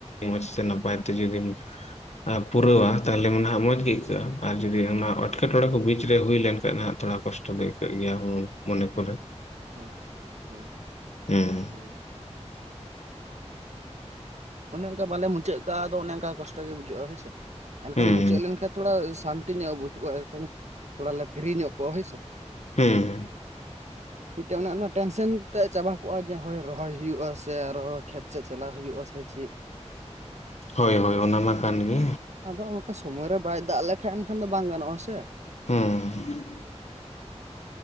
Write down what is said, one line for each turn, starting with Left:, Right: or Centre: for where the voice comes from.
Left: ᱢᱚᱡᱽ ᱛᱮ ᱱᱟᱯᱟᱭ ᱛᱮ ᱡᱩᱫᱤᱢ ᱯᱩᱨᱟᱹᱣᱟ ᱛᱟᱦᱚᱞᱮ ᱢᱟᱱᱮ ᱢᱚᱸᱡᱽ ᱜᱮ ᱟᱹᱭᱠᱟᱹᱜᱼᱟ ᱟᱨ ᱡᱩᱫᱤ ᱚᱱᱟ᱾ <unintelligible> ᱮᱴᱠᱮᱴᱚᱬᱮ
Right: ᱦᱳᱭ
Left: ᱠᱚ ᱵᱤᱪ ᱨᱮ ᱦᱩᱭ ᱞᱮᱱᱠᱷᱟᱱ ᱦᱟᱹ ᱛᱷᱚᱲᱟ ᱠᱚᱥᱴᱚ ᱫᱚ ᱟᱹᱭᱠᱟᱹᱜ ᱜᱮᱭᱟ ᱦᱩᱸ ᱢᱚᱱᱮ ᱠᱚᱨᱮ᱾
Right: ᱦᱳᱭ ᱦᱳᱭ
Left: ᱦᱮᱸ
Right: ᱦᱳᱭ᱾ ᱚᱱᱮ ᱚᱱᱠᱟ ᱵᱟᱞᱮ ᱢᱩᱪᱟᱹᱫ ᱠᱟᱜᱼᱟ ᱟᱫᱚ ᱚᱱᱮ ᱚᱱᱠᱟ ᱠᱚᱥᱴᱚ ᱜᱮ ᱵᱩᱡᱷᱟᱹᱜᱼᱟ ᱦᱳᱭᱥᱮ ᱮᱱᱠᱷᱟᱱ
Left: ᱦᱮᱸ
Right: ᱢᱩᱪᱟᱹᱫ ᱞᱮᱱᱠᱷᱟᱡᱼᱼ ᱛᱷᱚᱲᱟ ᱥᱟᱱᱛᱤ ᱧᱚᱜ ᱵᱩᱡᱷ ᱠᱚᱼᱟ <unintelligible> ᱛᱷᱚᱲᱟ ᱞᱮ ᱯᱷᱤᱨᱤ ᱧᱚᱜ ᱠᱚᱜᱼᱟ ᱦᱳᱭ ᱥᱮ᱾
Left: ᱦᱮᱸ᱾
Right: <inaudible> ᱢᱤᱫᱴᱮᱱ ᱚᱱᱮ ᱚᱱᱟ ᱴᱮᱱᱥᱮᱱ ᱛᱮ ᱪᱟᱵᱟ ᱠᱚᱜᱼᱟ ᱡᱮ ᱦᱳᱭ ᱨᱚᱦᱚᱭ ᱦᱩᱭᱩᱜᱼᱟ ᱥᱮ ᱟᱨ ᱦᱚᱸ ᱠᱷᱮᱛ ᱥᱮᱡ ᱪᱟᱞᱟ ᱦᱩᱭᱩᱜᱼᱟ ᱥᱮ ᱪᱮᱫ᱾
Left: ᱦᱳᱭ ᱦᱳᱭ ᱚᱱᱟ ᱢᱟ ᱠᱟᱱ ᱜᱮ᱾
Right: ᱟᱫᱚ ᱚᱱᱠᱟ ᱥᱚᱢᱚᱭ ᱨᱮ ᱵᱟᱭ ᱫᱟᱜ ᱞᱮᱠᱷᱟᱡ ᱮᱱᱠᱷᱟᱱ ᱫᱚ ᱵᱟᱝ ᱜᱟᱱᱚᱜᱼᱟ ᱥᱮ᱾
Left: ᱦᱮᱸ᱾